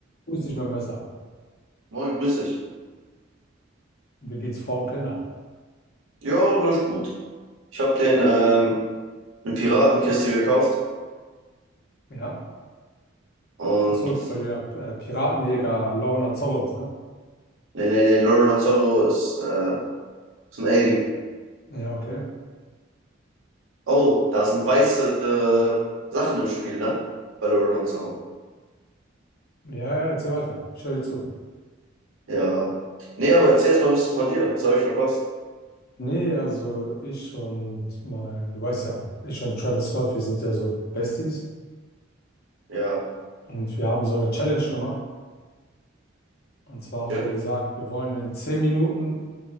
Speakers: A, on the left; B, on the right.
A: Wo ist nicht mein Messer?
B: Moin, grüß dich.
A: Wie geht's Frauen und Kinder?
B: Ja, läuft gut. Ich habe den ähm, eine Piratenkiste gekauft
A: Ja?
B: und
A: Ach so, weil du ja äh, Piratenjäger Lorna Zorro bist, ne?
B: nee, nee, nee, Lorna Zorro ist, äh, ist ein 80.
A: Ja, okay.
B: Oh, da sind weiße äh, Sachen im Spiel, ne? Bei Lorna Zorro.
A: Ja, ja, erzähl weiter. Ich höre dir zu.
B: Ja. Nee, aber erzähl erst mal ein bisschen von dir. Was habe ich verpasst?
A: Nee, also ich und mein, du weißt ja, ich und Travis Scott, wir sind ja so Besties
B: Ja,
A: und wir haben so eine Challenge gemacht. Und zwar haben
B: okay.
A: wir gesagt, wir wollen in 10 Minuten